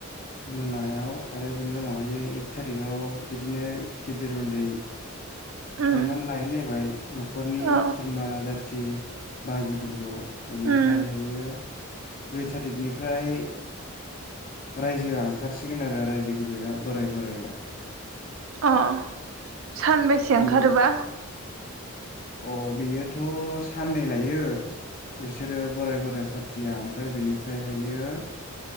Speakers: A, on the left; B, on the right.
A: मोनायाव आरो बिनि उनावहाय एक थारिकाव बिदिनो गेदेर उन्दै
B: उम
A: सनमान लायैलायबाय न'खरनि
B: औ
A: खुरमा जाथ थि बागिफोरखौ बेनिफ्रायहायो
B: उम
A: दुइ थारिखनिफ्राय रायजोआ ओंखारसिगोन आरो रायजो गिदिरा बोराय बोराया
B: अ सानबेसे
A: बेनि
B: ओंखारोबा?
A: अ बेयोथ' साननै लायो बिसोरो बोराय - बोराय पार्टिया ओमफाय बेनिफ्रायहायो